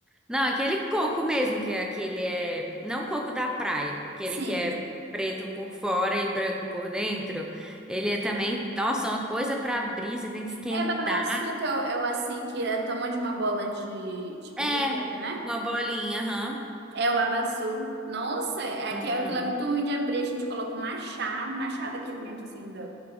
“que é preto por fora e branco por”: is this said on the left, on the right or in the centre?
Centre